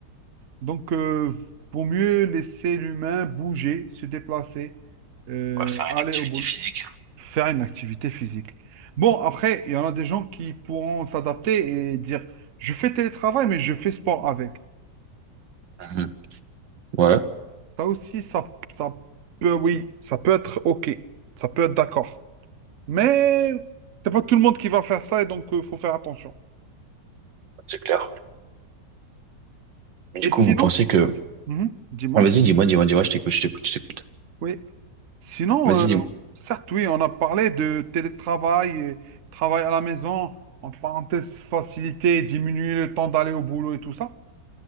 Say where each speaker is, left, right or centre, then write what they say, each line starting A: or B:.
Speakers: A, on the right; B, on the right.
A: Donc euh, vaut mieux laisser l'humain bouger, se déplacer, euh,
B: Ouais, faire
A: aller
B: une activité
A: au boulot
B: physique.
A: faire une activité physique. Bon, après, il y en a des gens qui pourront s'adapter et dire, je fais télétravail, mais je fais sport avec.
B: Mhm. Ouais.
A: Ça aussi, ça, ça peut, oui, ça peut être OK. Ça peut être d'accord. Mais c'est pas tout le monde qui va faire ça et donc il faut faire attention.
B: c'est clair. Mais du
A: Et
B: coup,
A: sinon,
B: vous pensez que,
A: Mhm, dis-moi,
B: Ah, vas-y, dis-moi, dis-moi, dis-moi, je t'écoute, je t'écoute, je t'écoute.
A: oui. Sinon,
B: Vas-y,
A: euh,
B: dis-moi.
A: certes, oui, on a parlé de télétravail, et travail à la maison, en parenthèse, faciliter, diminuer le temps d'aller au boulot et tout ça.